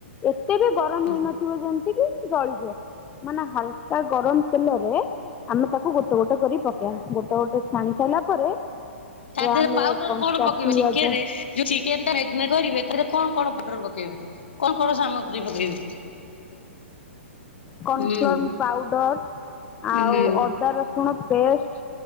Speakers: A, on the left; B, on the left.
A: ଏତେ ବି ଗରମ
B: ହୁଁ।
A: ହେଇନଥିବ ଯେମ୍ ଜଳିଯିବ ମାନେ ହାଲୁକା ଗରମ୍ ତେଲରେ ଆମେ ତାକୁ ଗୋଟେ ଗୋଟେ କରି ଗୋଟେ ଗୋଟେ ଛାଣି ସାଇଲା ପରେ
B: ତା ଦେହରେ
A: ଆମେ
B: ପାଉଡର
A: କଞ୍ଚା
B: କଣ ପକେଇବ
A: ପିଆଜ
B: ଚିକେନେ ଚିକେନ୍ ଟା ନେ ଗରିବେ ତାରେ କଣ କଣ ପାଉଡର ପକେଇବେ? କଣ କଣ ସାମଗ୍ରୀ ପକେଇବେ।
A: କନ୍
B: ହୁଁ
A: ଫ୍ରମ୍ ପାଉଡର୍।
B: ହୁଁ
A: ଆଉ ଅଦା ରସୁଣ ପେଷ୍ଟ